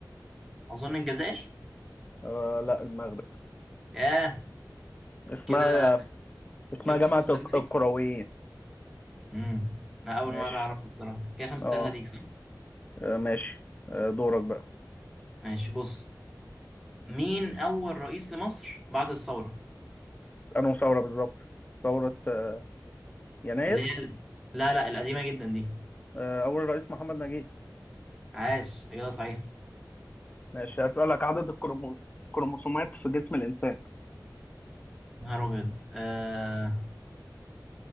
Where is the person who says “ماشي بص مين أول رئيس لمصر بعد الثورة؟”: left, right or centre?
Centre